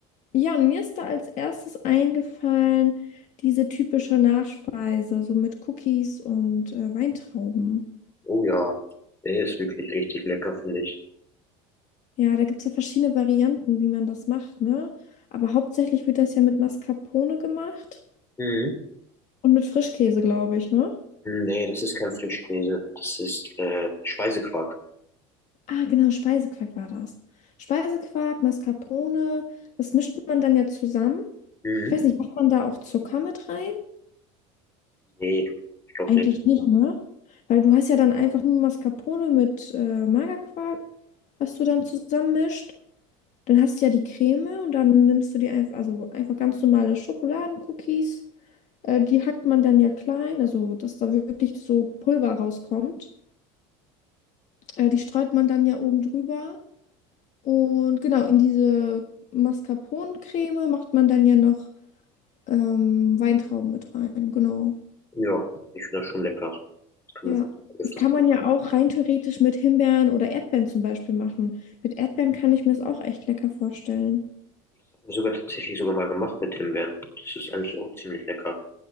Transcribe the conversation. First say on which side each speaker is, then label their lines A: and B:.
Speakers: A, on the left; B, on the left.
A: Ja, und mir ist da als erstes eingefallen, diese typische Nachspeise, so mit Cookies und äh, Weintrauben.
B: Oh ja, der ist wirklich richtig lecker, finde ich.
A: Ja, da gibt es ja verschiedene Varianten, wie man das macht, ne? Aber hauptsächlich wird das ja mit Mascarpone gemacht
B: Mhm.
A: und mit Frischkäse, glaube ich, ne?
B: Nee, das ist kein Frischkäse, das ist äh, Speisequark.
A: Ah, genau, Speisequark war das. Speisequark, Mascarpone, das mischt man dann ja zusammen.
B: Mhm.
A: Ich weiß nicht, macht man da auch Zucker mit rein?
B: Nee, ich glaube
A: Eigentlich
B: nicht.
A: nicht, ne? Weil du hast ja dann einfach nur Mascarpone mit äh, Magerquark was du dann zusammenmischt. Dann hast du ja die Creme und dann nimmst du die einfach, also einfach ganz normale Schokoladencookies. Äh, die hackt man dann ja klein, also dass da wirklich so Pulver rauskommt. Äh, die streut man dann ja oben drüber. Und genau, in diese Mascarpone-Creme macht man dann ja noch ähm, Weintrauben mit rein. Genau.
B: Ja, ich finde das schon lecker. Das kann
A: Ja.
B: man öfters.
A: Das kann man ja auch rein theoretisch mit Himbeeren oder Erdbeeren zum Beispiel machen. Mit Erdbeeren kann ich mir es auch echt lecker vorstellen.
B: Das habe ich sogar tatsächlich sogar mal gemacht mit Himbeeren. Das ist eigentlich auch ziemlich lecker.